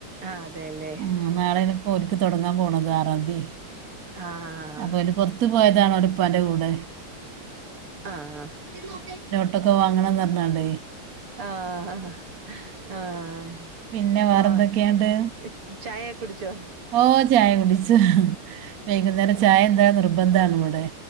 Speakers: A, on the right (about 85°); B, on the right (about 55°).
A: ആഹ് അതെല്ലേ.
B: ആഹ് നാളെപ്പോ ഓര്ക്ക് തൊടങ്ങാൻ പോണത് ആറാംന്തി.
A: ആഹ്
B: അപ്പോല് പൊർത്ത് പോയതാണ് ഓലേപ്പാന്റെ കൂടേ
A: ആഹ് ഹാ <unintelligible>
B: ട്ടൊക്കെ വാങ്ങണന്ന് പറഞ്ഞാണ്ടേയ്
A: ആഹ ആഹ് ഹ് ആഹ്
B: പിന്നെ വേറെ
A: ആ
B: എന്തൊക്കെയാണ്ട്
A: സ് ചായ യൊക്കെ കുടിച്ചോ
B: ഓ ചായ കുടിച്ച് ഹ് വൈകുന്നേരം
A: ആഹ്
B: ചായ എന്തായ നിർബന്ധണ് വിടെ